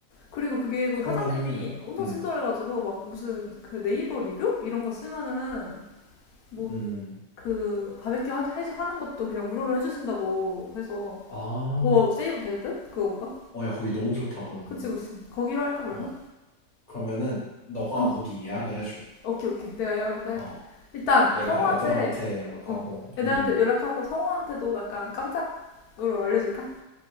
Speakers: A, on the left; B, on the left.
A: 그리고 그게 그
B: 그러면은,
A: 사장님이 엄청
B: 음,
A: 친절해가지고 막 무슨 그 네이버 리뷰 이런 거 쓰면은 뭐
B: 음.
A: 그 바베큐 하, 해- 하는 것도 그냥 무료로 해주신다고 해서
B: 아.
A: 더 세이브 될 듯? 그거보다?
B: 어, 야, 거기 너무 좋다, 그러면은.
A: 그치 그치 거기로 할까 그러면?
B: 어, 그러면은, 너가
A: 어
B: 거기 예약을 해줘.
A: 오케이 오케이 내가 이약을 먼저 할게
B: 어,
A: 일단
B: 내가
A: 성우한테
B: 애들한테 연락하고,
A: 어 애들한테
B: 음, 음.
A: 연락하고 성우한테도 약간 깜짝으로 알려줄까?